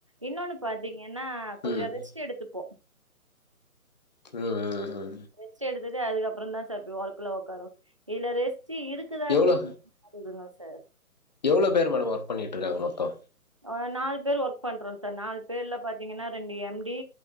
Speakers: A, on the right (about 20°); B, on the left (about 30°).
A: இன்னொன்னு பாத்திங்கன்னா கொஞ்சோ
B: ம் ம்
A: ரெஸ்ட் எடுத்துப்போ
B: அ அ அ
A: ரெஸ்ட் எடுத்துட்டு அதுக்க அப்றோ தா சார் ஒர்க்குல ஒக்காருவோ இதுல ரெஸ்ட் இருக்குதானு
B: எவ்ளோ
A: கூட தெரில சார்
B: எவ்ளோ பேர் மேடம் ஒர்க் பண்ணிட்டுருாங்க மொத்தோ
A: ஒரு நாலு பேர் ஒர்க் பண்றோ சார் நாலு பேர்ல பாத்திங்கன்னா ரெண்டு எம் டி